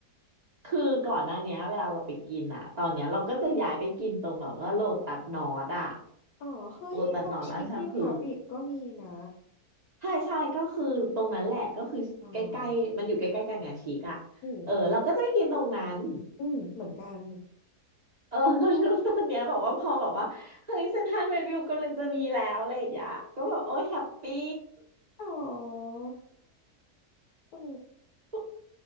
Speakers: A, on the right (about 45°); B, on the left (about 80°).
A: คือก่อนหน้าเนี้ยเวลาเราไปกินอ่ะตอนเนี้ยเราก็จะย้ายไปกินตรงแบบว่าโลตัสนอร์ดอ่ะ
B: อ๋อ เฮ้ยบ็อกชิคดีพับลิกก็มีนะ
A: โลตัสนอร์ดราชพฤกษ์ใช่ใช่ก็คือตรงนั้นแหละก็คือใกล้ๆมันอยู่ใกล้ๆกันไงชิกอ่ะเออเราก็จะไปกินตรงนั้น
B: อ๋ออืมอืมเหมือนกัน
A: เออ <laughs> แล้วตอนเนี้ยบอกว่าพอบอกว่าเฮ้ยเซ็นทรัลเวสต์วิวกำลังจะมีแล้วอะไรอย่างเงี้ยก็บอกโอ้ยแฮปปี้
B: อ๋อโอ้
A: <laughs>